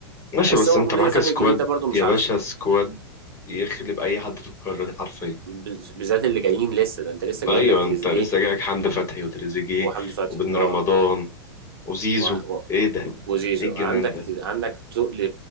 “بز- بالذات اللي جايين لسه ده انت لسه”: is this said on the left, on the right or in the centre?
Right